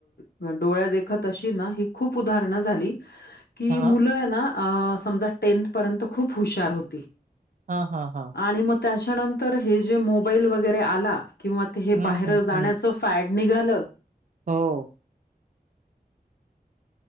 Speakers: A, on the left; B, on the right.
A: माझ्या डोळ्यादेखत अशी ना ही खूप उदाहरणं झाली की
B: हां,
A: मुलं आहे ना अ समजा टेंथ पर्यंत खूप हुशार होती
B: हा हा हा
A: आणि मग त्याच्यानंतर हे जे मोबाईल वगैरे आला किंवा ते हे
B: हं,
A: बाहेर
B: हं,
A: जाण्याचं
B: हं.
A: फॅट निघालं
B: हो